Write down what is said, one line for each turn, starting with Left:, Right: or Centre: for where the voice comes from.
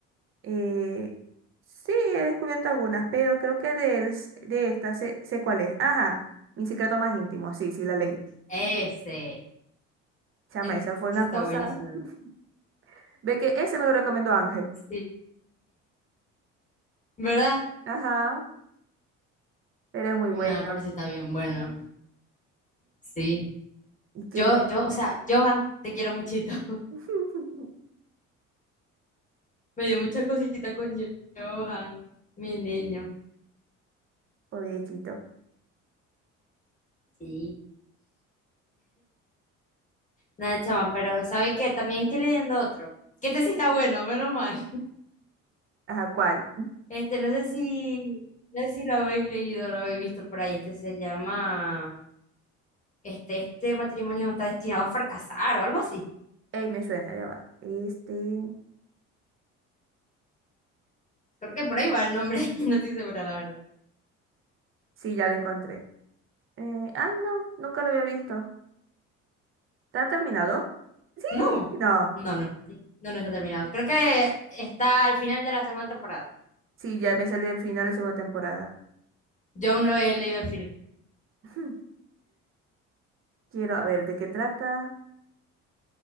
Right: Eh, sí, he descubierto algunas, pero creo que de, él s- de esta sé, sé cuál es. Ajá, mi secreto más íntimo. Sí, sí, la leí.
Left: Ese.
Right: Chama,
Left: Ese
Right: esa fue una
Left: está
Right: cosa.
Left: buenísimo.
Right: <laughs> Ve que ese me lo recomendó Ángel.
Left: Sí. ¿Verdad?
Right: Ajá, pero es muy buena.
Left: No, por eso está bien bueno. Sí.
Right: Qué
Left: Yo,
Right: Dios.
Left: yo, o sea, Johan, te quiero muchito. <laughs>
Right: <laughs>
Left: Me dio mucha cosita con Johan, mi niño.
Right: Pobrecito.
Left: Sí. Nada, chama, pero ¿sabe qué? También estoy leyendo otro. Que este sí está bueno, menos mal.
Right: Ajá, ¿cuál?
Left: Este, no sé si, no sé si lo habéis leído, lo habéis visto por ahí. Este se llama, este, este matrimonio está destinado a fracasar o algo así.
Right: Ey, me suena, ya va. Este.
Left: Creo que por ahí va el nombre, <laughs> no estoy segura, la verdad.
Right: Sí, ya lo encontré. Eh, ah, no, nunca lo había visto. ¿Está terminado? Sí,
Left: No,
Right: no.
Left: no, no, no, no está terminado. Creo que está al final de la segunda temporada.
Right: Sí, ya me salí del final de segunda temporada.
Left: Yo aún no he leído el final,
Right: <laughs> Quiero, a ver, ¿de qué trata?